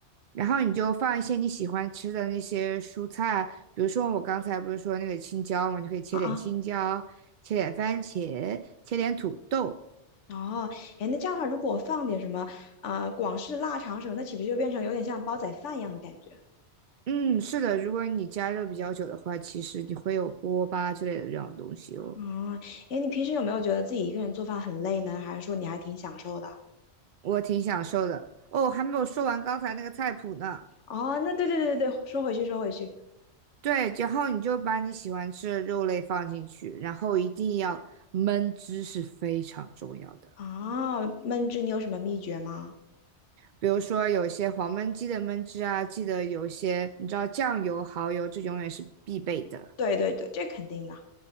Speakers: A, on the right; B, on the left.
A: 然后你就放一些你喜欢吃的那些蔬菜，比如说我刚才不是说那个青椒嘛，你就可以切点青椒，
B: 啊啊，
A: 切点番茄，切点土豆。
B: 哦，哎，那这样的话，如果我放点什么呃广式腊肠什么，那岂不是就变成有点像煲仔饭一样的感觉？
A: 嗯，是的，如果你加热比较久的话，其实你会有锅巴之类的这种东西哦。
B: 嗯，哎，你平时有没有觉得自己一个人做饭很累呢？还是说你还挺享受的？
A: 我挺享受的。哦，还没有说完刚才那个菜谱呢。
B: 哦，那对对对对对，说回去说回去
A: 对，然后你就把你喜欢吃的肉类放进去，然后一定要焖汁是非常重要的。
B: 啊，焖汁你有什么秘诀吗？
A: 比如说有些黄焖鸡的焖汁啊，记得有些你知道酱油、蚝油，这永远是必备的。
B: 对对对，这肯定的。